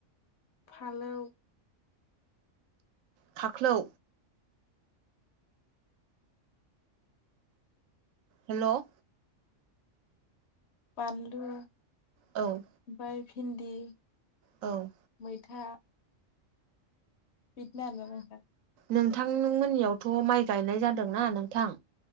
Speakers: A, on the left; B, on the right.
A: फालौ
B: खाख्लौ हेलौ
A: बानलु
B: औ
A: ओमफ्राय भिनदि
B: औ
A: मैथा बिदिनो आरो ना नोंथां
B: नोंथां मोननियावथ' माइ गायनाय जादोंना नोंथां